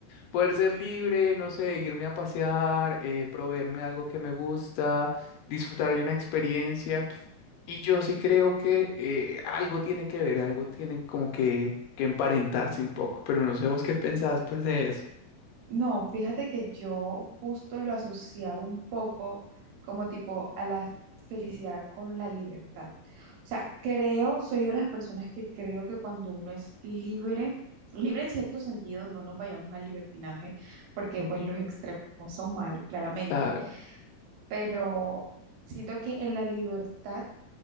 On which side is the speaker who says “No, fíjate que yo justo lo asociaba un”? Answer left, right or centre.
Right